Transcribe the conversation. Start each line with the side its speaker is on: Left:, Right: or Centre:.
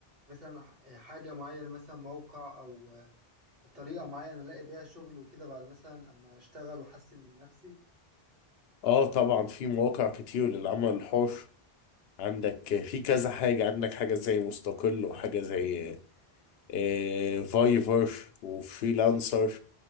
Right: مثلا ح- حاجة معينة مثلا موقع او طريقة معينة ألاقي بيها شغل وكده بعد مثلا أما أشتغل وأحسن من نفسي
Left: اه طبعا في مواقع كتير للعمل الحر عندك في كذا حاجة عندك حاجة زي مستقل وحاجة زي آه، فايفر وفريلانسر